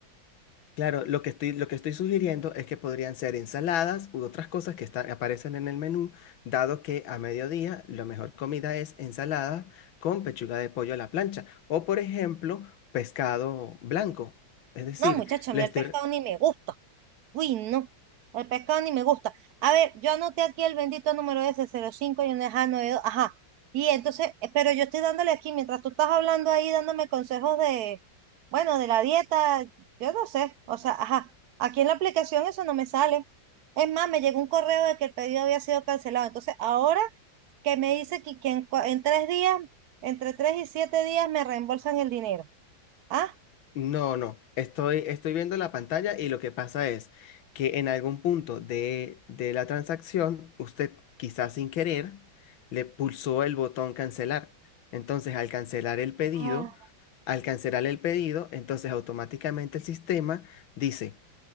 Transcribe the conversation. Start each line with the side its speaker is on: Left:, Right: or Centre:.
Left: Claro, lo que estoy, lo que estoy sugiriendo es que podrían ser ensaladas u otras cosas que están, aparecen en el menú, dado que a mediodía la mejor comida es ensalada con pechuga de pollo a la plancha o, por ejemplo, pescado blanco. Es decir,
Right: No, muchacho, a
Left: le
Right: mí
Left: estoy...
Right: el pescado ni me gusta. Uy, no. El pescado ni me gusta. A ver, yo anoté aquí el bendito número ese, cero cinco y un ajá, 92. Ajá. Y entonces, eh, pero yo estoy dándole aquí, mientras tú estás hablando ahí, dándome consejos de, bueno, de la dieta, yo no sé. O sea, ajá. Aquí en la aplicación eso no me sale. Es más, me llegó un correo de que el pedido había sido cancelado. Entonces, ahora que me dice que, que en, cua- en tres días, entre tres y siete días me reembolsan el dinero. Ah,
Left: No, no, estoy, estoy viendo la pantalla y lo que pasa es que en algún punto de, de la transacción, usted quizás sin querer le pulsó el botón cancelar. Entonces, al cancelar el pedido
Right: ah,
Left: Al cancelar el pedido, entonces automáticamente el sistema dice,